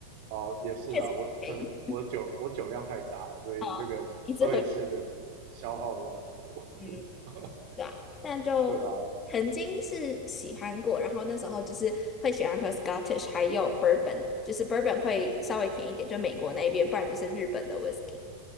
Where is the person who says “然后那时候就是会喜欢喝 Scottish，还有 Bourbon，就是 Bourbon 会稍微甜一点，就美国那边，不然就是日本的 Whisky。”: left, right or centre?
Left